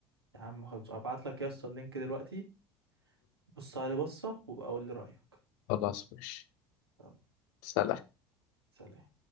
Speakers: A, on the right; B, on the left.
A: يا عم خلاص ابعت لك يا اسطى اللينك دلوقتي بص عليه بصه وبقى قول لي رايك
B: خلاص ماشي
A: يلا
B: سلام
A: سلام